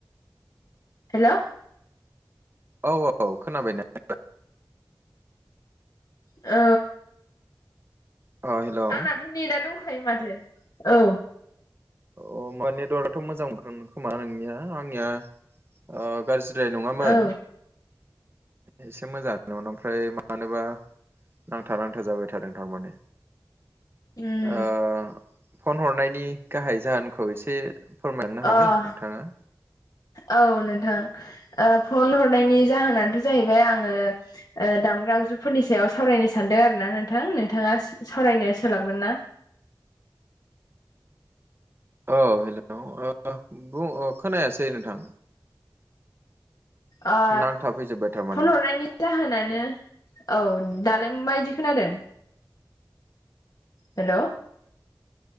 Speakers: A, on the left; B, on the right.
A: हेल'
B: औ औ खोनाबाय ना
A: ओ
B: अ हेलौ
A: आंनाथ' नेदा दंखायो माथो औ
B: अ मा नेटवार्कआथ' मोजां मोनखागोन खोमा नोंनिया आंनिया ओ गारज्रि बद्राय नङामोन
A: औ
B: एसे मोजां ओमफ्राय मानोबा नांथा नांथा जाबाय थादों थारमाने
A: उम
B: ओ फन हरनायनि गाहाय जाहोनखौ एसे फोरमायनो हागोन
A: अ
B: नोंथाङा
A: औ नोंथां फन ओ हरनायनि जाहोनानोथ' जाहैबाय आङो ओ दामग्रा आगजुफोरनि सायाव सावरायनो सानदों आरो ना नोंथां नोंथाङा सावरायनो सोलाबगोन ना
B: औ हेलौ ओ बुं अ खोनायासै नोंथां
A: ओ
B: नांथा फैजोब्बाय थारमाने
A: फन हरनायनि जाहोनानो औ दालाय माबायदि खोनादों हेलौ